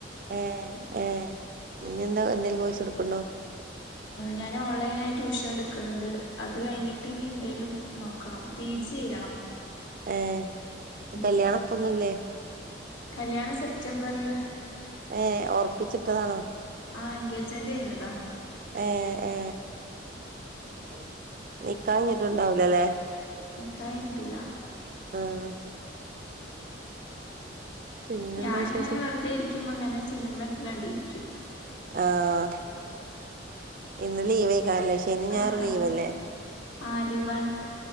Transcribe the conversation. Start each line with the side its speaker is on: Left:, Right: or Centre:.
Right: ഏഹ് ഏഹ് ഇനിന്താ എന്തെങ്കിലും കോയ്സെടുക്ക്ണ്ടോ
Left: ഞാന് ഓൺലൈനായി ട്യൂഷനെടുക്കുന്നുണ്ട് അത് കഴിഞ്ഞിട്ട് ഇനി എന്തേലും നോക്കണം പി ജി ചെയ്യണം
Right: ഏഹ്
Left: ഉം
Right: കല്യാണം
Left: ഉം
Right: ഇപ്പൊന്നുല്ലേ
Left: കല്യാണം സെപ്റ്റംബറില്
Right: ഏഹ് ഒറപ്പിച്ചിട്ടതാണോ
Left: ആഹ് എൻഗേജ്മെന്റ് കഴിഞ്ഞതാ
Right: ഏ ഏ ഉം നിക്കാഹ്‌ <unintelligible> തുണ്ടാവുലല്ലേ
Left: കാഴ്‌ ഞ്ഞ്ട്ട്ല്ലാ
Right: ആഹ് പിന്നെന്താ
Left: ഞാനിങ്ങനെ
Right: വിശേഷം
Left: വെറ്തേ ഇരിക്കുമ്പങ്ങനെ സിനിമക്കെ കണ്ടിരിക്കും
Right: ആഹ് ഇന്ന് ലീവേക്കാരം ല്ലേ ശനി ഞായറും
Left: ആഹ്
Right: ലീവല്ലേ
Left: ആഹ് ആഹ് ലീവാണ്